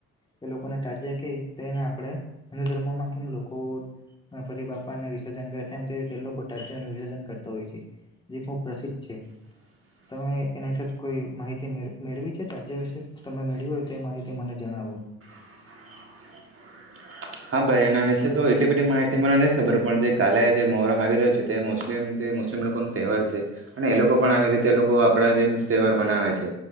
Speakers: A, on the left; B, on the right.
A: એ લોકોને તાજિયા કે તેને આપણે હિન્દુ ધર્મોમાં કેમ લોકો ગણપતિ બાપાને વિસર્જન કરે તેમ તે લોકો રાજા નનું વિસર્જન કરતા હોય છે જે ખૂબ પ્રસિદ્ધ છે
B: હ
A: તમે એના અશે જ કોઈ માહિતી મે મેળવી છે ચ રાજ્ય વિશે તમે મેળવી હોય તો માહિતી મને જણાવો
B: હ હા ભાઈ એના વિશે તો એટલી બધી માહિતી મને નથી ખબર પણ જે કાલે જે મોહરામ આવી રહ્યો છે તે મુસ્લિમ મુસ્લિમ લોકો ન તહેવાર છે અને એ લોકો પણ આવી રીતે એ લોકો આપડા જેમ તહેવાર મનાવે છે